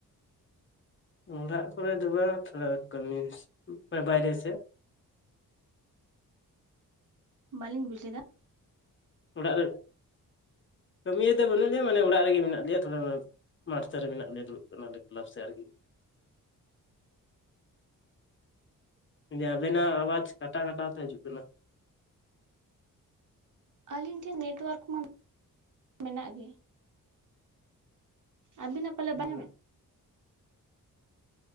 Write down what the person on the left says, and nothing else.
ᱚᱲᱟᱜ ᱠᱚᱨᱮ ᱫᱚ ᱵᱟᱝ ᱛᱷᱚᱲᱟ ᱠᱟᱹᱢᱤ ᱵᱟᱭᱨᱮ ᱥᱮ
ᱚᱲᱟᱜ ᱨᱮ ᱠᱟᱹᱢᱤ ᱨᱮᱫᱚ ᱵᱟᱹᱱᱩᱜ ᱞᱮᱭᱟ ᱢᱟᱱᱮ ᱚᱲᱟᱜ ᱨᱮᱜᱮ ᱢᱮᱱᱟᱜ ᱞᱮᱭᱟ ᱛᱷᱚᱲᱟ ᱢᱟᱴ ᱥᱮᱜ ᱨᱮ ᱢᱮᱱᱟᱜ ᱞᱮᱭᱟ ᱫᱩᱲᱩᱵ ᱠᱟᱱᱟ ᱞᱮ ᱠᱞᱟᱵᱽ ᱥᱮ ᱟᱨᱠᱤ ᱮ ᱟᱵᱮᱱᱟᱜ ᱟᱣᱟᱡᱽ ᱠᱟᱴᱟ ᱠᱟᱴᱟ ᱛᱮ ᱦᱤᱡᱩᱜ ᱠᱟᱱᱟ᱾
ᱦᱮᱸ